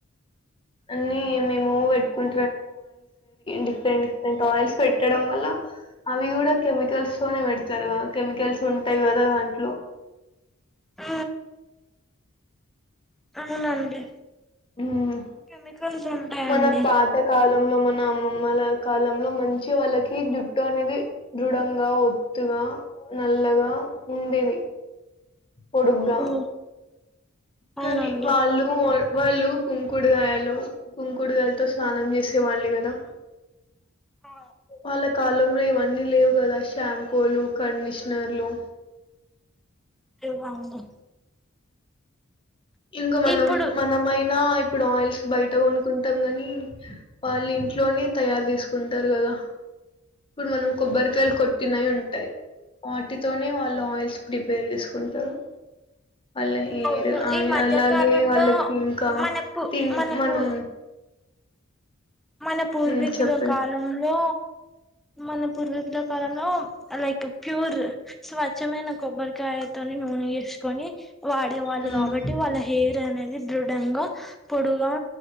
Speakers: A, on the left (about 25°); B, in the centre.
A: అన్నీ మేము ట్టు డిఫరెంట్ ఫరెంట్ ఆల్స్ పె వల్ అ కూడా కెమికల్స్ తోనే పెడతారు కద కెమికల్స్ ఉంటాయి కదా దాంట్లో
B: ఆ అవునండి
A: ఉమ్,
B: కెమికల్స్ ఉంటాయంండి
A: మన పాత కాలంలో మన
B: హ
A: అమ్మమ్మల కాలంలో మంచి వాళ్ళకి జుట్టు అనేది దృఢంగా ఒత్తుగా నల్ల గా ఉండేవి పొడుగ్గా
B: అవును అవునండి
A: కానీ వాళ్ళు వాళ్ళు కుంకుడుగాయలు కుంకుడుగాయలతో స్నానం చేసే వాళ్ళు కదా
B: ఆ,
A: వాలా కాలంలో ఇవన్నీ లేవు కదా షాంపూలు కండిషనర్లు
B: లేవు అవును
A: ఇంకా మనం
B: ఇప్పుడు
A: మనమైనా ఇప్పుడు ఆయిల్స్ బయట కొను కుంటాం గని వాళ్ళు ఇంట్లోనే తయారు చేసుకుంటారు కదా ఇప్పుడు మనం కొబ్బర్ కాయలు కోట్ టినయి ఉంటాయి వాటితోనే వాళ్ళు ఆయిల్స్ ప్రిపేర్ చేసుకుంటారు వాళ్ళ హెయిర్
B: అవును
A: ఆయిల్
B: ఈ మధ్యకాలంలో
A: అలాగే వాళ్ళకి ఇంకా
B: మనకు
A: తిన్
B: మనకు
A: మనం
B: మన పూర్వీకుల
A: ఉమ్ చెప్పండి
B: కాలంలో మన పూర్వీకుల కాలంలో లైక్ ప్యూర్ స్వచ్ఛమైన కొబ్బరికాయతోని నువ్ ఇర్చుకొని వాడే వాళ్ళు
A: ఉమ్
B: కాబట్టి వాళ్ళ హెయిర్ అనే ది దృఢంగా పొడుగా